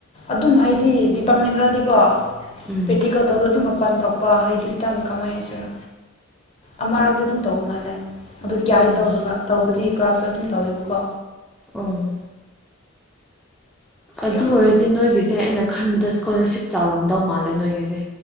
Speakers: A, on the left; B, in the centre.
A: ꯑꯗꯨꯝ ꯍꯥꯏꯗꯤ ꯗꯤꯄꯥꯔꯠꯃꯦꯟ ꯈꯔꯗꯤꯀꯣ
B: ꯎꯝ
A: ꯄ꯭ꯔꯦꯛꯇꯤꯀꯦꯜ ꯇꯧꯋꯦ ꯑꯗꯨꯝꯛ ꯃꯄꯥꯟ ꯊꯣꯛꯄ ꯍꯩꯗꯤ ꯈꯤꯇꯪ ꯀꯃꯥꯏꯅ ꯍꯥꯏꯁꯤꯔ ꯑꯃꯔꯛꯇꯤ ꯑꯗꯨꯝ ꯇꯧꯕ ꯃꯥꯜꯂꯦ ꯑꯗꯨ ꯀꯌꯥꯗꯤ
B: ꯑꯣ
A: ꯇꯧꯗꯕ ꯇꯧꯕꯗꯤ ꯀ꯭ꯂꯥꯁꯇ ꯑꯗꯨꯝ ꯇꯧꯋꯦꯕꯀꯣ
B: ꯎꯝ ꯑꯗꯨ
A: ꯌꯥꯝ
B: ꯑꯣꯏꯔꯗꯤ ꯅꯣꯏꯒꯤꯁꯦ ꯑꯩꯅ ꯈꯟꯕꯗ ꯏꯁꯀꯣꯂꯥꯔꯁꯤꯞ ꯆꯥꯎꯔꯝꯗꯧ ꯃꯥꯜꯂꯦ ꯅꯣꯏꯒꯤꯁꯦ